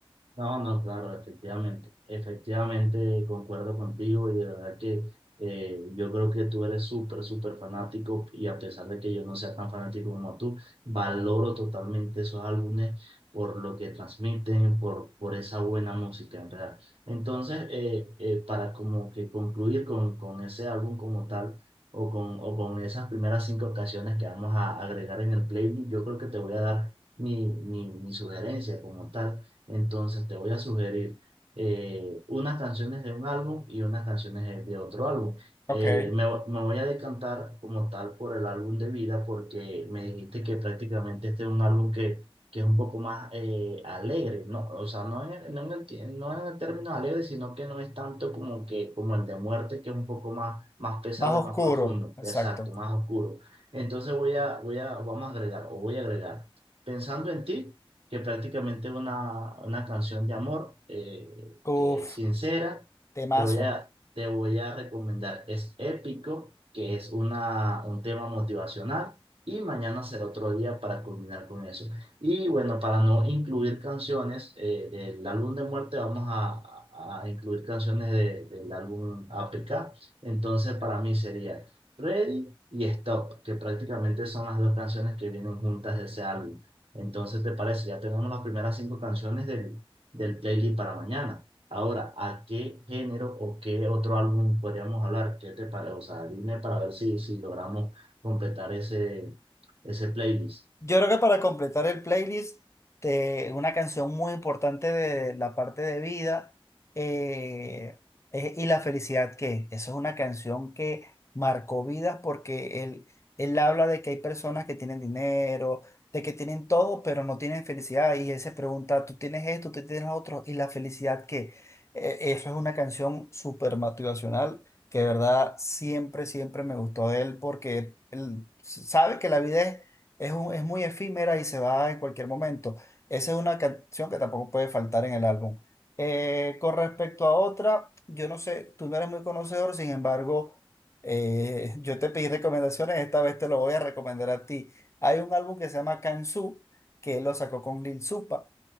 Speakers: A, on the right (about 75°); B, on the left (about 30°).
A: No, no, claro, efectivamente, efectivamente concuerdo contigo y de verdad que eh, yo creo que tú eres súper, súper fanático y a pesar de que yo no sea tan fanático como tú, valoro totalmente esos álbumes por lo que transmiten, por, por esa buena música, en verdad. Entonces, eh, eh, para como que concluir con, con ese álbum como tal o con, o con esas primeras cinco canciones que vamos a agregar en el playlist, yo creo que te voy a dar mi, mi, mi sugerencia como tal entonces te voy a sugerir eh, unas canciones de un álbum y unas canciones de de otro álbum.
B: Ok.
A: Eh, me, vo- me voy a decantar como tal por el álbum de vida porque me dijiste que prácticamente este es un álbum que, que es un poco más eh, alegre, ¿no? O sea, no en, no en el, ti- no en el término alegre, sino que no es tanto como, que, como el de muerte, que es un poco más, más pesado
B: Más oscuro,
A: y más profundo,
B: exacto.
A: exacto, más oscuro. Entonces voy a, voy a, vamos a agregar o voy a agregar. Pensando en ti que prácticamente es una, una canción de amor eh,
B: Uf,
A: que es sincera.
B: temazo.
A: Te voy a, te voy a recomendar Es Épico, que es una, un tema motivacional, y mañana será otro día para culminar con eso. Y bueno, para no incluir canciones eh, del álbum de muerte, vamos a, a- a incluir canciones de- del álbum A P K Entonces, para mí sería Ready y Stop, que prácticamente son las dos canciones que vienen juntas de ese álbum. Entonces, ¿te parece? Ya tenemos las primeras cinco canciones del, del playlist para mañana. Ahora, ¿a qué género o qué otro álbum podríamos hablar? ¿Qué te parece? O sea, dime para ver si, si logramos completar ese, ese playlist.
B: Yo creo que para completar el playlist, te- una canción muy importante de la parte de vida eh, es Y la felicidad que es. Esa es una canción que marcó vidas porque él, él habla de que hay personas que tienen dinero, de que tienen todo, pero no tienen felicidad. Y él se pregunta, tú tienes esto, tú tienes lo otro, ¿y la felicidad que e, eso es una canción súper motivacional que de verdad siempre, siempre me gustó de él porque él sabe que la vida es es, un- es muy efímera y se va en cualquier momento. Esa es una canción que tampoco puede faltar en el álbum. Eh, con respecto a otra, yo no sé, tú no eres muy conocedor, sin embargo, eh, <laughs> yo te pedí recomendaciones, esta vez te lo voy a recomendar a ti. Hay un álbum que se llama Kansu, que lo sacó con Lil Supa,